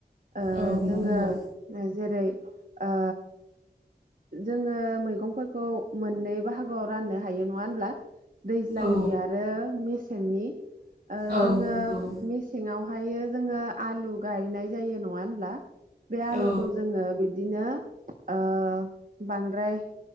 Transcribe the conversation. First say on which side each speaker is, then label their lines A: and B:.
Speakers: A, on the right (about 55°); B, on the right (about 75°).
A: ओ
B: औ
A: जोंङो
B: नंगौ
A: जेरै ओ जोंङो मैगंफोरखौ मोननै बाहागोआव राननो हायो नंङा होनब्ला? दैज्लांनि
B: औ
A: आरो मेसेंनि ओ
B: औ
A: जोङो
B: नंगौ
A: मेसेङावहायो जोङो आलु गायनाय जायो नङा होनब्ला? बे आलुखौ
B: औ
A: जोङो बिदिनो ओ बांद्राय